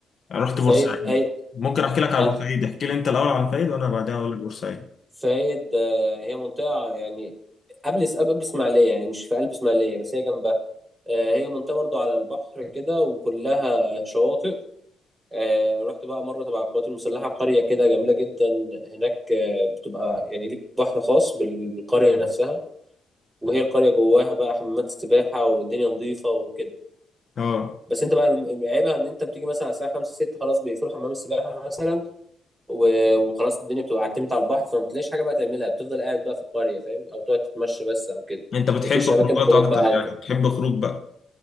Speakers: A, on the left; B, on the right.
A: رحت بورسعيد
B: فايد اي
A: ممكن احكي لك على
B: أه،
A: بورسعيد احكي لي انت الاول عن فايد وانا بعدها اقول لك بورسعيد
B: فايد آه، هي منطقه يعني قبل قبل اسماعيليه يعني مش في قلب اسماعيليه بس هي جنبها آه، هي منطقه برضو على البحر كده وكلها شواطئ آه، رحت بقى مره تبع القوات المسلحه قريه كده جميله جدا هناك آه، بتبقى يعني ليك بحر خاص بال- بالقريه نفسها وهي القرية جواها بقى حمامات سباحة والدنيا نظيفة وكده
A: اه
B: بس انت بقى الم- عيبها ان انت بتيجي مثلا على الساعة 5 6 خلاص بيقفلوا حمام السباحة مثلا و- وخلاص الدنيا بتبقى عتمت على البحر فما بتلاقيش حاجة بقى تعملها بتفضل قاعد بقى في القرية فاهم او تقعد تتمشى بس او كده
A: انت بتحب
B: مفيش اماكن
A: خروجات
B: خروج
A: اكتر
B: بقى او
A: يعني
B: تروح
A: بتحب خروج بقى